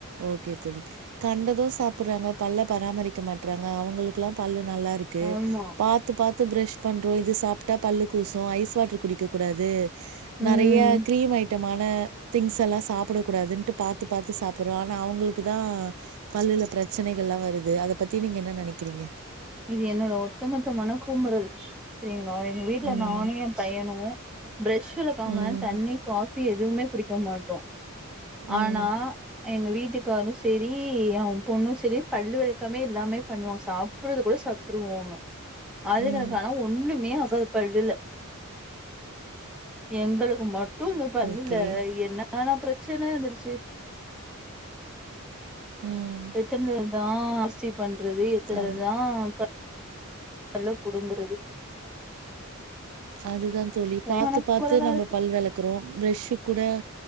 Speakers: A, on the right; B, in the centre.
A: ஓகே தோழி கண்டது சாப்டுறாங்க பல்ல பராமரி க்க மாட்றாங்க அவங்களுக்குல்லா பல்லு நல்லா இருக்கு
B: ஆமா
A: பா பாத்து பாத்து ப்ரெஷ் பண்றோ இது சாப்ட்டா பல்லு கூசு ஐஸ் வாட்ரு குடிக்கக்கூடாது
B: ம்
A: நறைய கிரீம் ஐட்டமான திங்ஸ்ஸலா சாப் புடகூடாதுன்ட்டு பாத்து பாத்து சாப்புட்றோ ஆனா அவுங்களுக்குதா பல்லுல ப்ரச்சனைகள்லா வருது அத பத்தி நீங்க என்ன நெனைக்கிறீங்க
B: இது என்னோட ஒட்டுமொத்த மன குமறல் செரிங்ளா எங்க வீட்ல
A: ம்.
B: நானு எ பையணு ப்ரெஷ் வெளக்காம
A: ம்.
B: தண்ணி காஃபி எதுவுமே குடிக்க மாட்டோ
A: ம்.
B: ஆனா எங்க வீட்டுக்காரு செரி எ பொண்ணு செரி பல்லு வெளக்கமே எல்லாமே பண்ணுவா சாப் ப்புறதுகூட சாப்ட்ருவாங்க அதுங்க
A: ம்.
B: கன ஒன்னுமே ஆகாது பல்லுல எங்களுக்கு மட்டு டும் இந்த பல்லுல
A: ஓகே.
B: என்னன்னா ப்ரச் சன்ன வந்துருச்சு
A: ம்.
B: எத்தனதா அரிசி பண்றது எத்தனதா
A: அது
B: ப பல்ல புடுங்கறது
A: அதுதா தோழி
B: ஒரே
A: பாத்து
B: மனக்கொரலா
A: பாத்து நம்ம
B: இருக்கு
A: பல் வெளக்குறோ ப்ரெஷுகூட